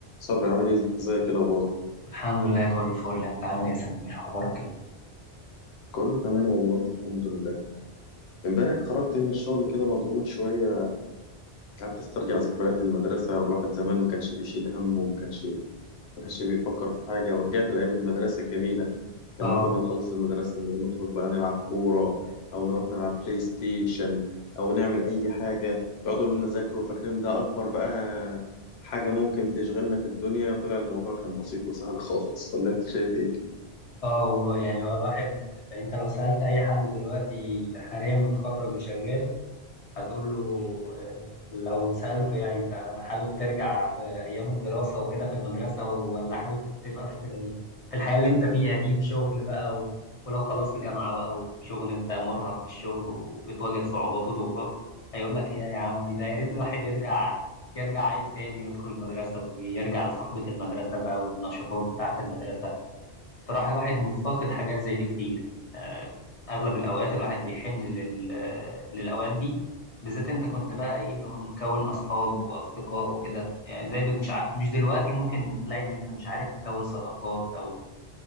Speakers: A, on the left; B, on the left.
A: صبري عامل ايه ازيك إيه الاخبار
B: الحمد لله كله فل انت عامل ايه يا سمير اخبارك ايه
A: كله تمام والله الحمد لله امبارح خرجت من الشغل كده مضغوط شويه قعدت استرجع ذكريات المدرسه الواحد زمان ما كانش بيشيل هم وما كانش ما كانش بيفكر في حاجه ورجعت لايام المدرسه الجميله
B: اه
A: لما كنا نخلص المدرسه ونخرج بقى نلعب كوره او نروح نلعب بلاي ستيشن او نعمل اي حاجه يقعدوا يقولوا لنا ذاكروا فاكرين ده اكبر بقى حاجه ممكن تشغلنا في الدنيا طلع الموضوع كان بسيط وسهل خالص ولا انت شايف ايه
B: اه والله يعني هو الواحد انت لو سألت اي حد دلوقتي حاليا متخرج وشغال هتقول له آه، لو سألته يعني انت حابب ترجع لأيام الدراسة وكده في المدرسة ولا حابب تبقى في ال- في الحياة اللي انت فيها دي في شغل بقى و... ولو خلصت جامعة بقى وشغل انت مرهق في الشغل وبتواجه صعوبات وضغوطات هيقول لك يا يا عم ده يا ريت الواحد يرجع يرجع عيل تاني ويدخل المدرسة ويرجع لصحبة المدرسة بقى والنشاطات بتاعة المدرسة الصراحة الواحد مفتقد حاجات زي دي كتير آه، أغلب الأوقات الواحد بيحن لل... آه، للأوقات دي بالذات أنت كنت بقى إيه اللي هو مكون أصحاب وأصدقاء وكده يعني زي دل مش ع... مش دلوقتي ممكن تلاقي إن أنت مش عارف تكون صداقات أو